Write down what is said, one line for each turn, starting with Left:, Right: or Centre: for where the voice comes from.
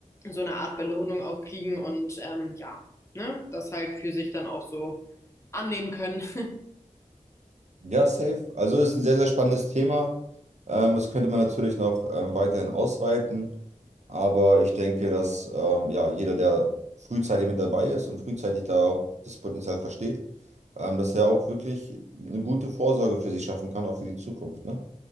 Left: so eine Art Belohnung auch kriegen und ähm, ja, ne? Das halt für sich dann auch so annehmen können. <laughs>
Right: Ja, safe. Also ist ein sehr, sehr spannendes Thema. Ähm, das könnte man natürlich noch ähm, weiterhin ausweiten. Aber ich denke, dass ähm, ja, jeder, der frühzeitig mit dabei ist und frühzeitig da auch das Potenzial versteht, ähm, dass er auch wirklich eine gute Vorsorge für sich schaffen kann, auch für die Zukunft. Ne?